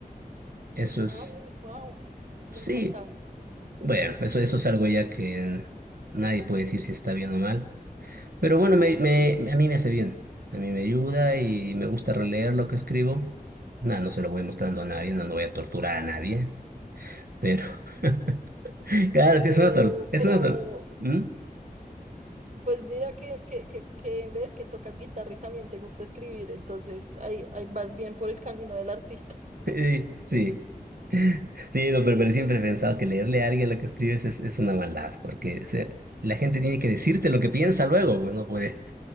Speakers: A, on the right; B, on the right.
A: Eso es,
B: Ah, wow, me
A: sí,
B: encanta.
A: bueno, eso, eso es algo ya que nadie puede decir si está bien o mal. Pero bueno, me, me- a mí me hace bien. A mí me ayuda y me gusta releer lo que escribo. Nada, no se lo voy mostrando a nadie, no, no voy a torturar a nadie. Pero, <laughs> claro, es que
B: Pero,
A: es una tortura. Es
B: pero,
A: una tor- ¿Mm?
B: pues mira que, que, que, que ves que tocas guitarra y también te gusta escribir, entonces ahí, ahí vas bien por el camino del artista.
A: Sí, <laughs> sí. Sí, no, pero, pero siempre he pensado que leerle a alguien lo que escribes es, es una maldad, porque o sea, la gente tiene que decirte lo que piensa luego, pues no puede